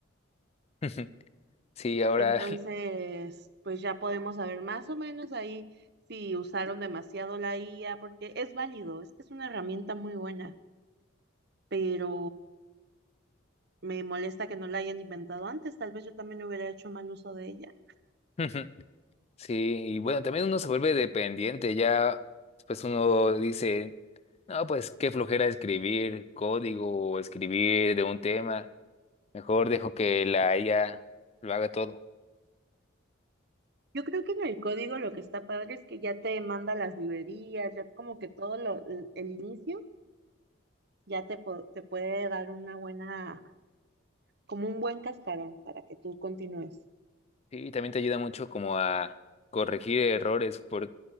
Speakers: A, on the left; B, on the right.
A: <laughs> Sí, ahora,
B: Entonces, pues ya podemos saber más o menos ahí si usaron demasiado la IA, porque es válido, es que es una herramienta muy buena, pero Me molesta que no la hayan inventado antes, tal vez yo también hubiera hecho mal uso de ella.
A: <laughs> sí, y bueno, también uno se vuelve dependiente, ya pues uno dice, no, pues qué flojera escribir código o escribir de un tema, mejor dejo que la IA lo haga todo.
B: Yo creo que en el código lo que está padre es que ya te manda las librerías, ya como que todo lo, el, el inicio ya te, po- te puede dar una buena, como un buen cascarón para que tú continúes.
A: Sí, y también te ayuda mucho como a corregir errores. Por